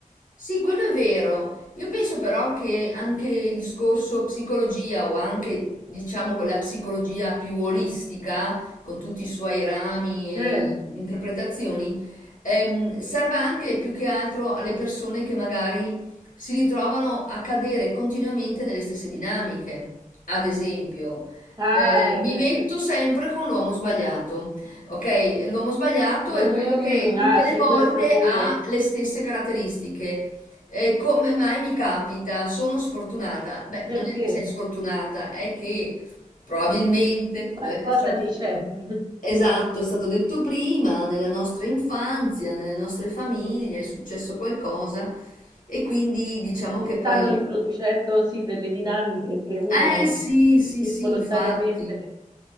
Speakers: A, on the left; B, on the right.
A: Sì, quello è vero. Io penso però che anche il discorso psicologia o anche, diciamo, la psicologia più olistica, con tutti i suoi rami e
B: Eh,
A: interpretazioni, ehm, serva anche più che altro alle persone che magari si ritrovano a cadere continuamente nelle stesse dinamiche. Ad esempio,
B: ah,
A: eh,
B: eh,
A: mi
B: eh,
A: metto
B: eh.
A: sempre con l'uomo sbagliato. Ok, l'uomo sbagliato
B: Mm,
A: è quello che tutte
B: ah,
A: le
B: sì,
A: volte
B: questo pure,
A: ha le stesse caratteristiche e come mai mi capita? Sono sfortunata. Beh,
B: perché
A: non è che sei sfortunata, è che probabilmente, come
B: qualcosa
A: è stato,
B: lì c'è. <laughs>
A: esatto, è stato detto prima, nella nostra infanzia, nelle nostre famiglie è successo qualcosa e quindi diciamo che poi...
B: stanno riproducendo sì delle dinamiche che uno
A: Eh sì, sì,
B: involontariamente
A: sì, infatti.